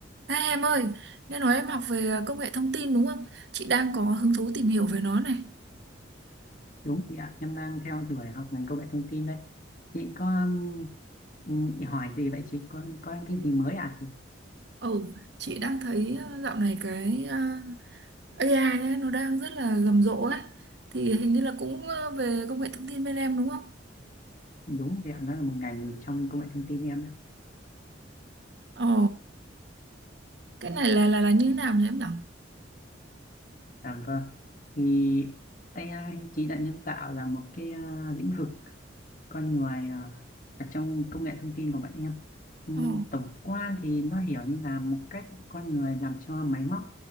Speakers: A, on the right; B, on the left.
A: Ê, em ơi, nghe nói em học về à, công nghệ thông tin đúng không? Chị đang có hứng thú tìm hiểu về nó này.
B: Đúng chị ạ, em đang theo đuổi học ngành công nghệ thông tin đấy. Chị có ừm, chị hỏi gì vậy chị? Có có cái gì mới à chị?
A: Ừ, chị đang thấy ờ, dạo này cái ờ, AI ấy, nó đang rất là rầm rộ ấy. Thì hình như là cũng ờ, về công nghệ thông tin bên em đúng không?
B: Đúng chị ạ, nó là một ngành trong công nghệ thông tin em. đấy.
A: Ồ, cái này là là là như thế nào nhỉ em nhỉ?
B: À vâng. Thì AI trí tuệ nhân tạo là một cái à, lĩnh vực con người à, ở trong công nghệ thông tin của bọn em. Ừm,
A: Ồ,
B: tổng quan thì nó hiểu như là một cách con người làm cho máy móc